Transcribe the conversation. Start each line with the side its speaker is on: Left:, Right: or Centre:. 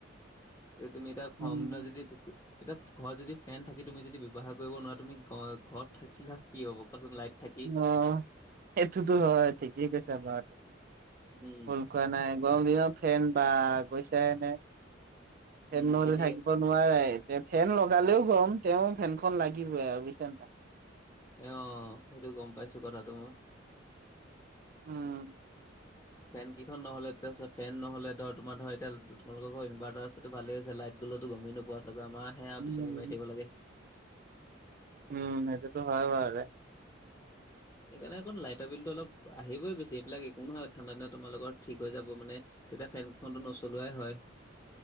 Left: যে তুমি এটা <unintelligible>
Right: উম,
Left: এতিয়া ঘৰত যদি ফেন থাকি তুমি যদি ব্যৱহাৰ কৰিব নোৱাৰা। তুমি ঘ ঘৰত থাকি কি হ'ব কোৱাচোন লাইট থাকি।
Right: অ এইটোত হয় ঠিকেই কৈছে বাট
Left: উম,
Right: হলক বা নাই গৰম দিনত ফেন বা গৈছে এনে ফেন
Left: উম।
Right: নহ'লে
Left: যেতিয়া
Right: থাক- অ নোৱাৰে তে ফেন লগালেও গৰম তেওঁ ফেনখন লাগিবই আৰু বুইছা নাই।
Left: এ অ সেইটো গম পাইছো কথাটো ম
Right: উম।
Left: ফেন কেইখন নহলে এতিয়া চোৱা ফেন নহ'লে ধৰ দু তোমালোকৰ ইনভাৰ্টাৰ আছে টো ভালে আছে লাইট গলটো গমেই নোপোৱা চাগৈ আমাৰ সেয়া
Right: উম
Left: বিচনি মাৰি থাকিব লাগে।
Right: উম সেইটোত বাৰে <inaudible>
Left: সেইকাৰেণ লাইটৰ বিলতো অলপ আহিবই বেছি এইবিলাক একো নহয় ঠাণ্ডা দিনত তোমালোকৰ ঠিক হৈ যাব মানে তেতিয়া ফেনকেইখনটো নচলোৱাই হয়।